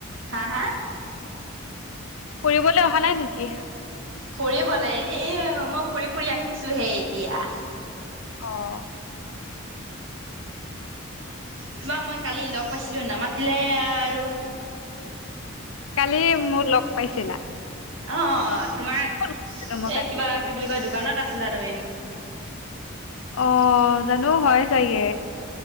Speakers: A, on the right; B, on the left.
A: হা হা?
B: ফুৰিবলৈ অহা নাই নেকি
A: ফুৰিবলে এই মই ফুৰি ফুৰি আহিছো হে এতিয়া।
B: অ'।
A: তোমাক মই কালি লগ পাইছিলো নামাতিলে আৰু।
B: কালি মোক লগ পাইছিলা?
A: অ', তোমাৰ
B: ক'ত গৈছিলো মই কালি
A: এ কিবা কি বুলি কয় দোকানত আছিলা তুমি।
B: অ', জানো হয় চাগে।